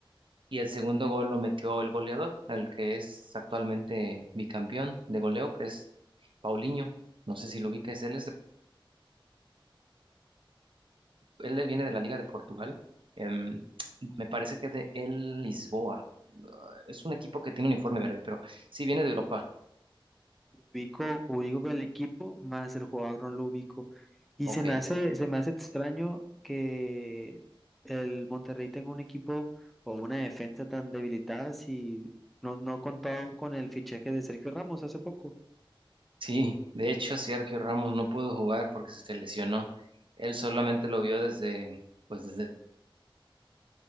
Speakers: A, on the right (about 65°); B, in the centre.
A: Y el segundo gol lo metió el goleador, el que es actualmente bicampeón de goleo, que es Paulinho. No sé si lo ubicas, él es él, él viene de la Liga de Portugal. em, me parece que de el Lisboa. Ah, Es un equipo que tiene un uniforme verde, pero sí viene de Europa.
B: Ubico, ubico el equipo, más el jugador no lo ubico. Y
A: Ok.
B: se me hace, se me hace extraño que el Monterrey tenga un equipo o una defensa tan debilitada si no, no contaban con el fichaje de Sergio Ramos hace poco.
A: Sí, de hecho, Sergio Ramos no pudo jugar porque se lesionó. Él solamente lo vio desde, pues desde